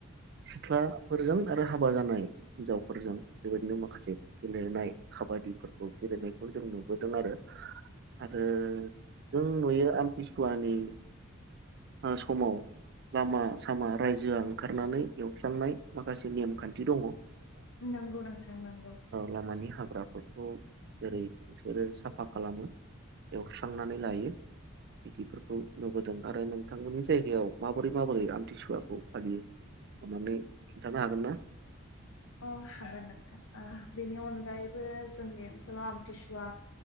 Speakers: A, on the right; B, on the left.
A: सिख्लाफोरजों आरो हाबा जानाय हिनजावफोरजों बेबायदिनो माखासे गेलेनाय खाबादिफोरखौ गेलेनायखौ जों नुबोदों आरो आरो जों नुयो आमतिसुवानि समाव लामा सामा रायजोआ ओंखारनानै एवस्रांनाय माखासे नेमखान्थि दंङ।
B: नंगौ नोंथां नंगौ
A: लामानि हाग्राफोरखौ जेरै बिसोरो साफा खालामो एवस्रांनानै लायो बिदिफोरखौ नुबोदों आरो नों नोंथां मोननि जायगायाव माबोरै माबोरै आमथिसुवाखौ फालियो अनानै खिन्थानो हागोन ना?
B: अ हागोन नोंथां ओ बेनि अनगायैबो जोंनि ओनसोलाव आमथिसुवा